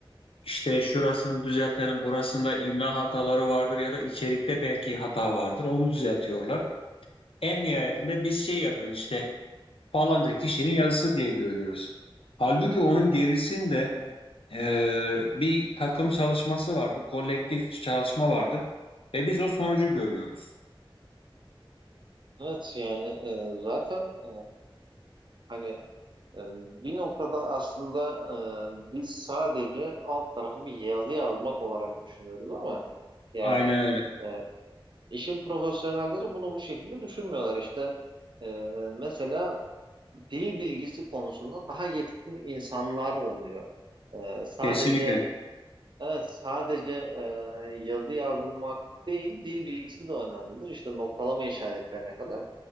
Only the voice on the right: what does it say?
Evet yani e, zaten e, hani e, bir noktada aslında e, biz sadece alt tarafı bir yazı yazmak olarak düşünüyoruz ama yani
e, işin profesyonelleri bunu bu şekilde düşünmüyorlar. İşte e, mesela dil bilgisi konusunda daha yetkin insanlar oluyor. Ee, sadece
evet sadece e, yazı yazmak değil, dil bilgisi de önemlidir. İşte noktalama işaretlerine kadar.